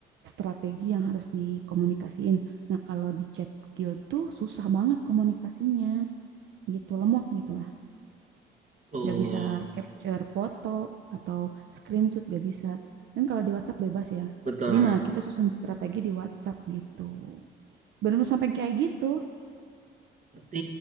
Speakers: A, on the right (about 70°); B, on the right (about 40°).
A: strategi yang harus dikomunikasiin. Nah, kalau di chat guild tuh susah banget komunikasinya gitu, lemot gitu lah.
B: Hmm, betul.
A: Nggak bisa capture foto atau screenshot nggak bisa. Kan kalau di WhatsApp bebas ya.
B: Betul.
A: Jadi nah kita susun strategi di WhatsApp gitu. benar sampai kayak gitu.
B: Berarti